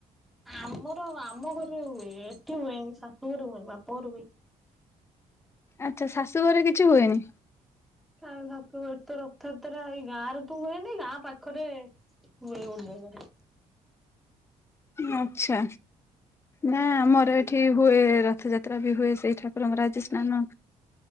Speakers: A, in the centre; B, on the left.
A: ଆମର ଆମ ଘରେ ହୁଏ ଏଠେ ହୁଏନି ଶାଶୁଘର ହୁଏନି ବାପା ଘର ହୁଏ।
B: ଆଚ୍ଛା ଶାଶୁ ଘରେ କିଛି ହୁଏନି।
A: କାଇ ଭ ଏ ତ ରଥଯାତ୍ରା ଏଇ ଗାଁ ରେ ତୁ ହୁଏନି ଗାଁ ପାଖରେ ହୁଏ। ରେ
B: ଆଚ୍ଛା। ନା ମୋର ଏଠି ହୁଏ ରଥଯାତ୍ରା ବି ହୁଏ ସେଇ ଠାକୁରଙ୍କ ରାଜ ସ୍ନାନ